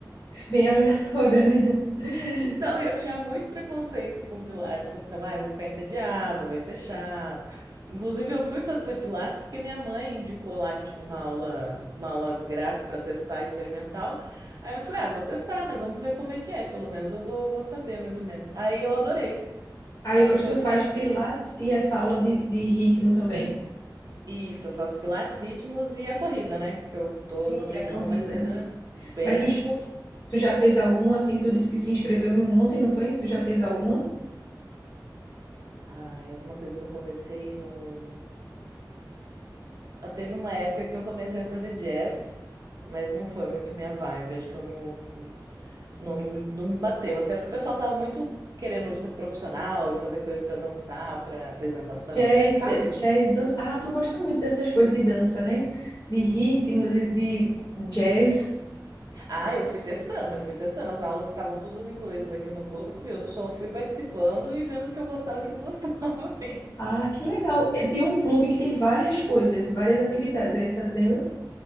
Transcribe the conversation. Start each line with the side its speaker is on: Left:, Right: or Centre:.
Left: Bem aleatório, né? <laughs>
Right: Então, eu tinha muito preconceito com Pilates, que eu ficava, ai, vou ficar entediada, vai ser chato. Inclusive, eu fui fazer Pilates porque minha mãe indicou lá que tinha uma aula, uma aula grátis para testar experimental. Aí eu falei, ah, vou testar, né? Vamos ver como é que é. Pelo menos eu vou, vou saber, mais ou menos. Aí eu adorei.
Left: Aí
Right: A professora,
Left: hoje tu faz pilates e essa aula de, de ritmo também.
Right: isso, eu faço Pilates, ritmos e a corrida, né? Que eu tô,
Left: Sim,
Right: tô treinando,
Left: a corrida.
Right: mas ainda bem
Left: Mas tu, j-
Right: de pouquinho.
Left: tu já fez alguma assim que tu disse que se inscreveu em um monte, não foi? Tu já fez alguma?
Right: Ah, alguma coisa que eu comecei e não. Ah, Teve uma época que eu comecei a fazer jazz, mas não foi muito minha vibe. Acho que eu não, não, não, me, não me bateu. Assim, acho que o pessoal tava muito querendo ser profissional e fazer coisas pra dançar, pra apresentação,
Left: Jazz,
Right: assim, sabe?
Left: j- jazz, dança. Ah, tu gosta muito dessas coisas de dança, né? De ritmo, de, de jazz.
Right: Ah, eu fui testando, eu fui testando. As aulas estavam todas incluídas aqui no clube, eu só fui participando e vendo o que eu gostava e o que não gostava <laughs> mesmo.
Left: Ah, que legal. É, Tem um clube que tem várias coisas, várias atividades. Aí está dizendo?